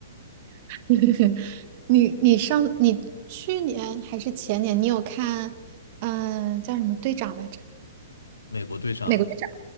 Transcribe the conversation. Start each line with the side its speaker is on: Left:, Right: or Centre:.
Right: <laughs> 你你上你去年还是前年，你有看嗯、呃叫什么队长来着？
Left: 美国队长
Right: 美国队长